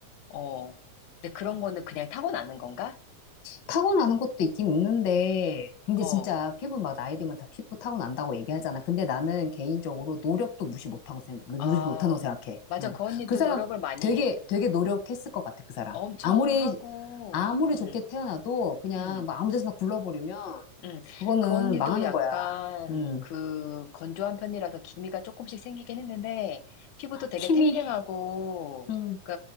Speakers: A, on the left (about 80°); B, on the left (about 65°).
A: 어. 근데 그런 거는 그냥 타고나는 건가?
B: 타고나는 것도 있긴 있는데, 근데
A: 어.
B: 진짜 피부 막 나이 들면 다 피부 타고난다고 얘기하잖아. 근데 나는 개인적으로 노력도 무시 못하고 생각, 무시
A: 아,
B: 못하는 거 생각해.
A: 맞아.
B: 응.
A: 그 언니도
B: 그 사람
A: 노력을 많이
B: 되게,
A: 해.
B: 되게 노력했을 것 같아, 그 사람.
A: 엄청
B: 아무리,
A: 하고,
B: 아무리
A: 응,
B: 좋게 태어나도 그냥
A: 응.
B: 막 아무 데서나 굴러버리면,
A: 음,
B: 그거는
A: 그 언니도
B: 망하는
A: 약간
B: 거야. 응. 음.
A: 그 건조한 편이라서 기미가 조금씩 생기긴 했는데 피부도 되게
B: 힘이,
A: 탱탱하고
B: 응,
A: 그